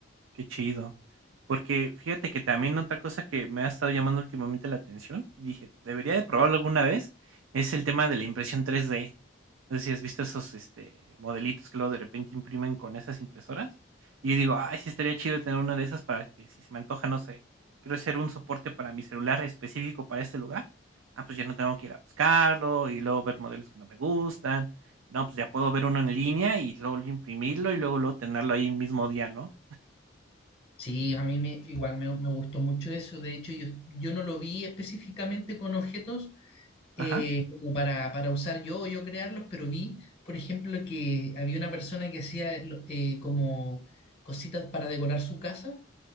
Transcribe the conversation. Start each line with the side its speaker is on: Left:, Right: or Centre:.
Right: Qué chido. Porque fíjate que también otra cosa que me ha estado llamando últimamente la atención y dije, debería de probarlo alguna vez, es el tema de la impresión tres d No sé si has visto esos este, modelitos que luego de repente imprimen con esas impresoras. Y yo digo, ay, sí estaría chido tener una de esas para que si se me antoja, no sé, quiero hacer un soporte para mi celular específico para este lugar. Ah, pues ya no tengo que ir a buscarlo y luego ver modelos que no me gustan. No, pues ya puedo ver uno en línea y luego imprimirlo y luego, luego tenerlo ahí el mismo día, ¿no?
Left: Sí, a mí me, igual me, me gustó mucho eso. De hecho, yo, yo no lo vi específicamente con objetos eh,
Right: Ajá.
Left: como para, para usar yo o yo crearlos, pero vi, por ejemplo, que había una persona que hacía lo- eh, como cositas para decorar su casa